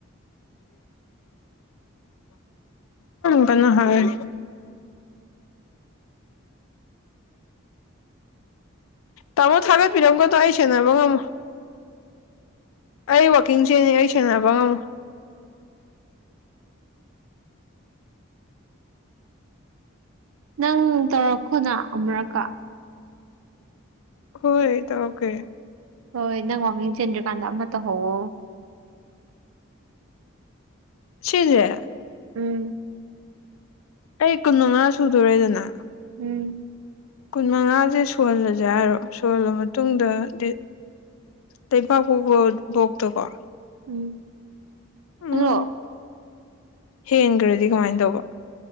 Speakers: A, on the left (about 85°); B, on the right (about 85°).
A: ꯄꯥꯜꯂ <unintelligible> ꯍꯥꯏꯅꯦ ꯇꯥꯃꯣ ꯊꯥꯒꯠꯄꯤꯔꯝꯒꯅꯣ ꯑꯩ ꯁꯦꯟꯅꯕ ꯉꯝꯃꯣ ꯑꯩ ꯋꯥꯛꯀꯤꯡꯁꯦꯅꯤ ꯑꯩ ꯁꯦꯟꯅꯕ ꯉꯝꯃꯣ
B: ꯅꯪ ꯇꯧꯔꯛꯈꯣꯅ ꯑꯃꯨꯔꯛꯀ
A: ꯍꯣꯢ ꯇꯧꯔꯛꯀꯦ
B: ꯍꯣꯏ ꯅꯪ ꯋꯥꯡꯈꯤꯡ ꯆꯦꯟꯗ꯭꯭ꯔꯀꯥꯟꯗ ꯑꯃ ꯇꯧꯍꯧꯋꯣ
A: ꯁꯤꯖꯦ
B: ꯎꯝ
A: ꯑꯩ ꯀꯨꯟ ꯃꯉꯥ ꯁꯨꯗꯣꯔꯦꯗꯅ
B: ꯎꯝ
A: ꯀꯨꯟ ꯃꯉꯥꯁꯦ ꯁꯣꯜꯂꯁꯦ ꯍꯥꯏꯔꯣ ꯁꯣꯜꯂ ꯃꯇꯨꯡꯗ ꯗꯤ ꯂꯩꯕꯥꯛꯄꯣꯛꯄ ꯕꯣꯛꯇꯀꯣ
B: ꯎꯝ
A: ꯎꯝ
B: <unintelligible>
A: ꯍꯦꯟꯈ꯭ꯔꯗꯤ ꯀꯃꯥꯏꯅ ꯇꯧꯕ